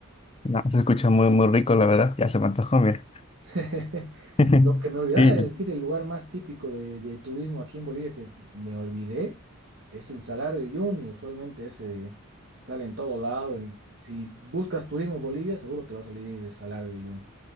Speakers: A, on the left; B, on the right.
A: No, se escucha muy, muy rico, la verdad. Ya se me antojó, mira.
B: <laughs>
A: <laughs>
B: Lo que me olvidaba
A: Sí.
B: de decir, el lugar más típico de, de turismo aquí en Bolivia que me olvidé es el Salar de Uyuni. Usualmente ese sale en todo lado. en- si buscas turismo en Bolivia, seguro te va a salir el Salar de Uyuni.